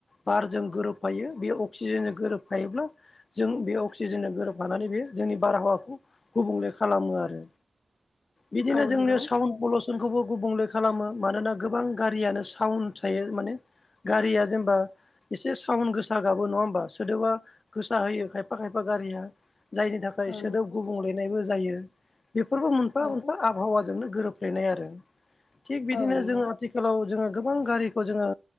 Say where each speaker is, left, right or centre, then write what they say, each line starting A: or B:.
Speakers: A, on the left (about 55°); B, on the left (about 80°).
A: बारजों गोरोबफायो बे अक्सिजेननो गोरोबफायोब्ला जों बे अक्सिजेननो गोरोबायो लानानै बे जोंनि बारहावाखौ गुबुंले खालामो आरो। बिदिनो
B: औ
A: जोंनियाव
B: नंगौ
A: साउन्ड पलुसनखौबो गुबुंले खालामो मानोना गोबां गारियानो साउन्ड थायो माने गारिया जेनेबा एसे साउन्ड गोसा गाबो नङा होमबा सोदोबा गोसा होयो खायफा खायफा गारिया जायनि थाखाय
B: औ
A: सोदोब
B: नंगौ
A: गुबुंलेनायबो जायो। बेफोरबो मोनफा
B: औ
A: मोनफा आबहावाजोंनो गोरोबफ्लेनाय आरो थिग बिदिनो
B: औ नंगौ
A: जों आथिखाल आथिखालाव जोङो गोबां गारिखौ जोङो